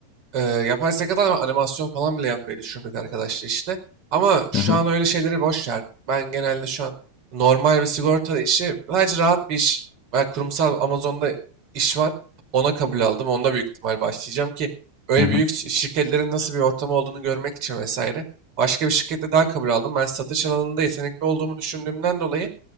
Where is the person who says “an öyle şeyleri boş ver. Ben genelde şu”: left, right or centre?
Right